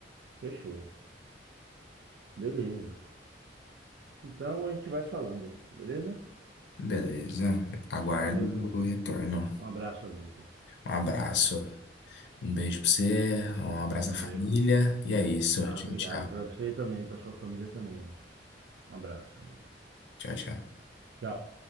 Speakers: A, on the right; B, on the left.
A: Fechou. Beleza. Então a gente vai se falando, beleza?
B: Beleza. Aguardo
A: Valeu, João.
B: o retorno.
A: Um abraço, amigo.
B: Um abraço. Um beijo pra você, um abraço
A: Valeu.
B: à família. E é isso.
A: Ah,
B: Tchau,
A: obrigado
B: tchau.
A: para você e também, para sua família também. Um abraço, amigo.
B: Tchau, tchau.
A: Tchau.